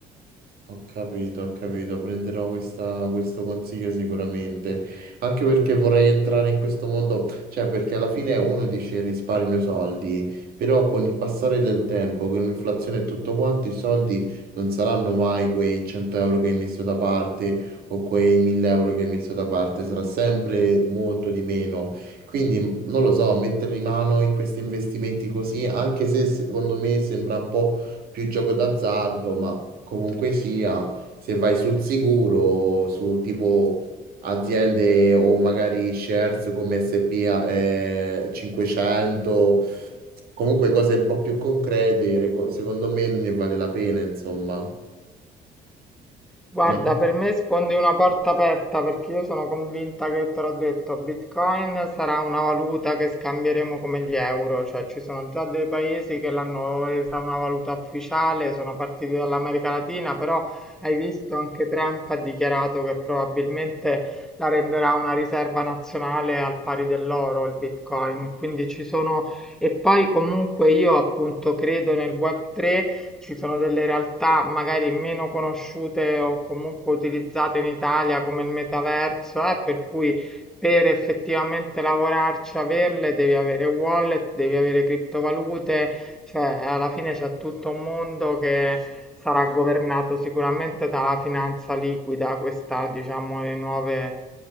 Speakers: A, on the right (about 60°); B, in the centre.
A: Ho capito, ho capito, prenderò questa- questo consiglio sicuramente, anche perché vorrei entrare in questo mondo, cioè perché alla fine uno dice risparmio soldi, però con il passare del tempo, con l'inflazione e tutto quanto, i soldi non saranno mai quei 100 euro che hai messo da parte o quei 1000 euro che hai messo da parte, sarà sempre molto di meno. Quindi non lo so, mettere in mano in questi investimenti così, anche se secondo me sembra un po' più gioco d'azzardo, ma comunque sia, se vai sul sicuro, su tipo aziende o magari shares come S&P eh, 500, comunque cose un po' più concrete, reco- secondo me ne vale la pena, insomma.
B: Guarda,
A: No?
B: per me sfondi una porta aperta perché io sono convinta che te l'ho detto, Bitcoin sarà una valuta che scambieremo come gli euro, cioè ci sono già dei paesi che l'hanno resa una valuta ufficiale, sono partiti dall'America Latina, però hai visto anche Trump ha dichiarato che probabilmente la renderà una riserva nazionale al pari dell'oro, il Bitcoin, quindi ci sono e poi comunque io appunto credo nel Web3 ci sono delle realtà magari meno conosciute o comunque utilizzate in Italia come il metaverso, eh, per cui per effettivamente lavorarci, averle, devi avere wallet, devi avere criptovalute, cioè alla fine c'è tutto un mondo che sarà governato sicuramente dalla finanza liquida, questa, diciamo, le nuove,